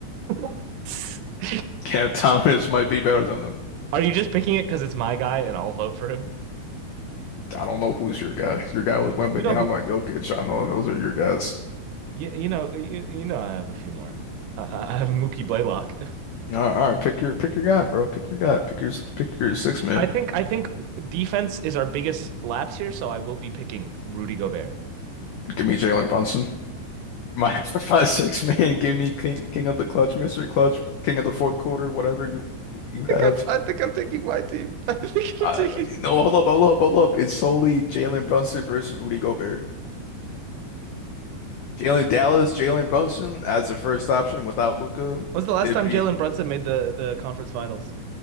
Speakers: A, on the right (about 80°); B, on the left (about 85°).
A: <laughs>
B: Cam Thomas might be better than him.
A: Are you just picking it because it's my guy and I'll vote for him?
B: I don't know who's your guy. Your guy was Wembanyama
A: You know who?
B: and Jokic. I know those are your guys.
A: You, you know you, you know I have a few more. I, I I have Mookie Blaylock.
B: All right, all right, pick your pick your guy, bro. Pick your guy. Pick your pick your six
A: <laughs>
B: man.
A: I think I think defense is our biggest lapse here, so I will be picking Rudy Gobert.
B: Give me Jalen Brunson. My <laughs> for my six man. Give me King King of the Clutch, Mr. Clutch, King of the fourth quarter, whatever you you
A: I
B: have.
A: think I'm, I think I'm taking my team. <laughs> I think I'm
B: Uh,
A: taking.
B: no, hold up, hold up, hold up. It's solely Jalen Brunson versus Rudy Gobert. Jalen Dallas, Jalen Brunson as the first option without Luca.
A: When's the last
B: Did
A: time
B: beat.
A: Jalen Brunson made the the conference finals?